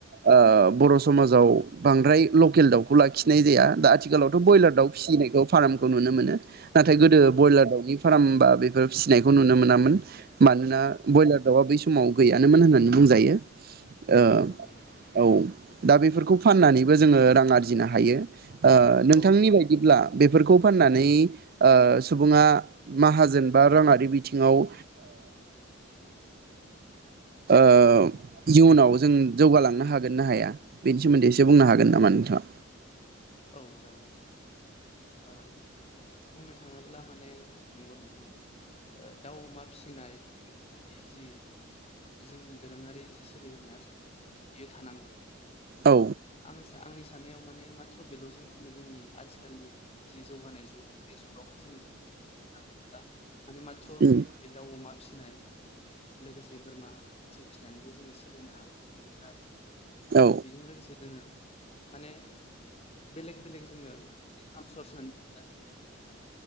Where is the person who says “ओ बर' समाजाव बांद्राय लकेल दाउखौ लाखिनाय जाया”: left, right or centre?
Right